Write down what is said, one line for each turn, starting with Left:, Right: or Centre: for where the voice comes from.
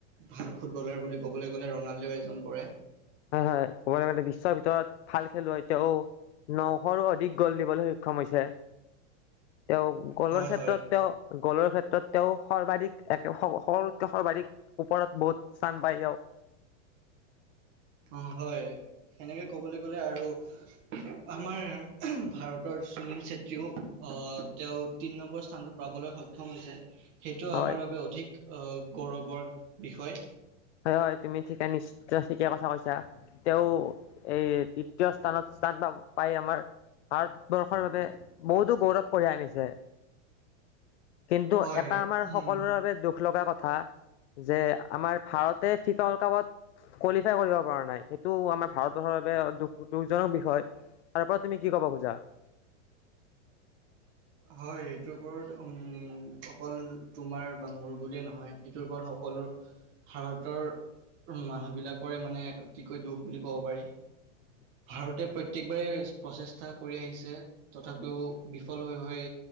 Right: ভাল ফুটবলাৰ বুলি ক'বলৈ গ'লে ৰনাল্ডো এজন পৰে।
Left: হয় হয় বিশ্বৰ ভিতৰত ভাল খেলুৱৈ তেওঁ নশৰো অধিক গ'ল দিবলৈ সক্ষম হৈছে। তেওঁ গলৰ
Right: হয়
Left: ক্ষেত্ৰত
Right: হয়
Left: তেওঁ গলৰ ক্ষেত্ৰত তেওঁ সৰ্বাধিক এক সকলোতকে সৰ্বাধিক ওপৰত বহুত স্হান পাই যাও।
Right: অ হয় সেনেকে ক'বলৈ গ'লে আৰু আমাৰ ভাৰতৰ সুনীল চেত্ৰীয়েও তেওঁ তিনি নম্বৰ স্থানটো পাবলৈ সক্ষম হৈছে সেইটো
Left: হয়
Right: আমাৰ বাবে অধিক অ' গৌৰৱৰ বিষয়
Left: হয় হয় তুমি ঠিকা নিশ্চয় ঠিকেই কথা কৈছা তেওঁ এই তৃতীয় স্থানত স্থান পাই আমাৰ ভাৰতবৰ্ষৰ বাবে বহুতো গৌৰৱ কঢ়িয়াই আনিছে কিন্তু
Right: হয়।
Left: এটা আমাৰ সকলোৰে বাবে দুখ লগা কথা যে আমাৰ ভাৰতে ফিফা ৱৰ্ল্ড কাপত কোৱালিফাই কৰিব পৰা নাই সেইটো আমাৰ ভাৰতবৰ্ষৰ বাবে দুখ দুখজনক বিষয় তাৰ ওপৰত তুমি কি কব খোজা
Right: হয় এইটোৰ ওপৰত উম অকল তোমাৰ বা মোৰ বুলিয়ে নহয় এইটোৰ ওপৰত সকলো ভাৰতৰ মানুহবিলাকৰে মানে অতিকৈ দুখ বুলি ক'ব পাৰি ভাৰতে প্ৰত্যেকবাৰেেই প্ৰচেষ্টা কৰি আহিছে তথাপিও বিফল হৈ হৈ